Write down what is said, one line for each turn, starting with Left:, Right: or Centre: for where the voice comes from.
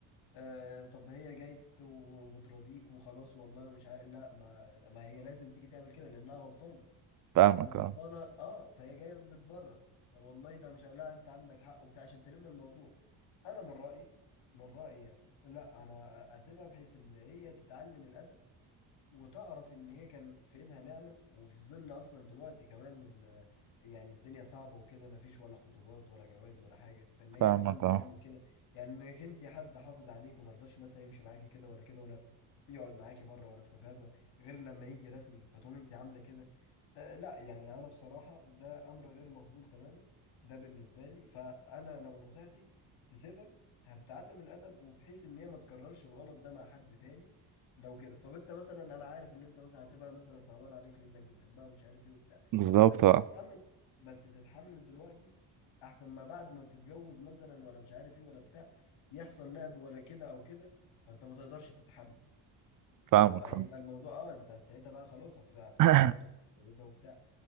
Left: أه طب هي جايت وبترضيك وخلاص والله مش عارف لا ما, ما هي لازم تيجي تعمل كده لانها غلطانه
Right: فاهمك
Left: طب وغلطانه
Right: اه
Left: اه فهي جايه بتبرر والله ده مش لا انت عندك حق وبتاع عشان تلم الموضوع انا من رايي من رايي يعني لا انا اسيبها بحيث ان هي تتعلم الادب وتعرف ان هي كان في ايدها نعمة وفي ظل اصلا دلوقتي كمان ال- يعني الدنيا صعبة وكده مفيش ولا خطوبات ولا جواز ولا حاجة فان هي
Right: فاهمك
Left: كمان بتعمل
Right: اه
Left: كده يعني انك انت حد حافظ عليك ومرضاش مثلا يمشي معاكي كده ولا كده ولا يقعد معاكي بره ولا في كافيهات ولا غير لما يجي رسمي فتقوم انت عاملة كده آه لا يعني انا بصراحة ده امر غير مقبول تماما ده بالنسبة لي فانا لو نصيحتي تسيبها هتتعلم الادب وبحيث ان هي ما تكررش الغلط ده مع حد تاني لو كده طب انت مثلا انا عارف اللي انت مثلا هتبقى مثلا صعبان عليك لانك بتحبها ومش عارف ايه وبتاع
Right: بالظبط
Left: بس
Right: اه
Left: تتحمل بس تتحمل دلوقتي احسن ما بعد ما تتجوز مثلا ولا مش عارف ايه ولا بتاع يحصل لعب ولا كده او كده فانت ما تقدرش تتحمل
Right: فاهمك
Left: فيبقى
Right: فاهم
Left: الموضوع اه انت ساعتها بقى خلاص هت- هتكون
Right: <coughs>
Left: مراتك متجوزه وبتاع